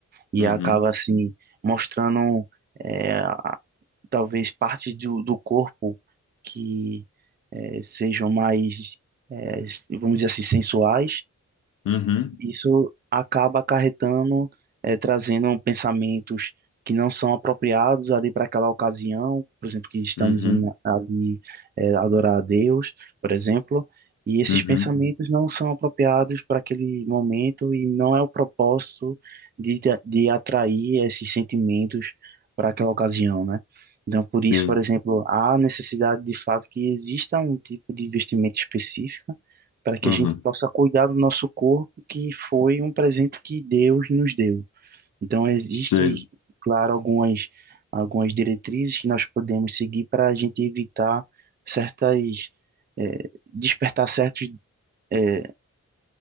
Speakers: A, on the right (about 30°); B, on the left (about 85°).
A: e
B: Uhum,
A: acaba assim, mostrando, eh, a- talvez partes do, do corpo que eh, sejam mais, eh, vamos dizer assim, sensuais
B: uhum,
A: Isso acaba acarretando, eh, trazendo pensamentos que não são apropriados ali para aquela ocasião, por exemplo, que estamos
B: uhum,
A: em- ali eh, adorar a Deus, por exemplo, e esses
B: uhum,
A: pensamentos não são apropriados para aquele momento e não é o propósito de, de atrair esses sentimentos para aquela ocasião, né? Então, por isso,
B: sim,
A: por exemplo, há necessidade de fato que exista um tipo de investimento específico para que
B: uhum,
A: a gente possa cuidar do nosso corpo, que foi um presente que Deus nos deu. Então, existe,
B: sei.
A: claro, algumas, algumas diretrizes que nós podemos seguir para a gente evitar certas, eh, despertar certas, eh,